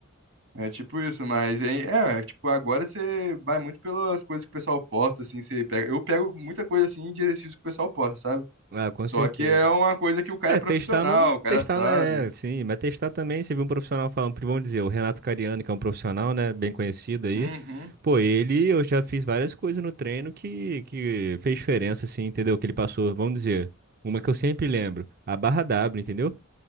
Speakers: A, on the right; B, on the right.
A: É tipo isso, mas hein, é, é, tipo, agora você vai muito pelas coisas que o pessoal posta, assim, você pega. Eu pego muita coisa assim de exercício que o pessoal posta, sabe?
B: Ah, com
A: Só
B: certeza.
A: que é uma coisa que o cara
B: É,
A: é profissional,
B: testar não.
A: o cara
B: Testar,
A: sabe.
B: né? Sim, mas testar também. Você viu um profissional falando, vamos dizer, o Renato Cariani, que é um profissional, né? Bem conhecido aí.
A: Uhum.
B: Pô, ele, eu já fiz várias coisas no treino que, que fez diferença, assim, entendeu? Que ele passou, vamos dizer. Uma que eu sempre lembro, a barra W, entendeu?